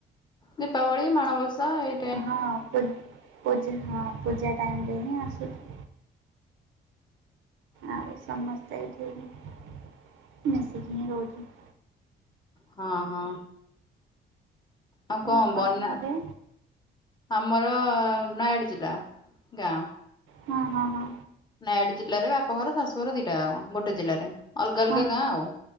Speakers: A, on the left; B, on the right.
A: ଦୀପାବଳି ମାଣବସା ଏ
B: ହଁ ପୂ-ପୂଜ ହଁ ପୂଜା ଟାଇମରେ ହିଁ ଆସୁଚି। ଆଉ ସମସ୍ତେ ଏଠି ମିଶିକି ହିଁ ରହୁଚୁ।
A: ହଁ ହଁ। ଆଉ କଣ
B: ଆପଣଙ୍କ
A: ବନା
B: ଘରେ
A: ଆମର ନୟାଗଡ଼ ଜିଲ୍ଲା ଗାଁ।
B: ହଁ ହଁ ହଁ।
A: ନୟାଗଡ ଜିଲ୍ଲାରେ ବାପଘର ଶାଶୁଘର ଦିଟା ଯାକ ଗୋଟେ ଜିଲ୍ଲାରେ। ଅଲଗା ଅଲଗା
B: ଆଚ୍ଛା
A: ଗାଁ ଆଉ।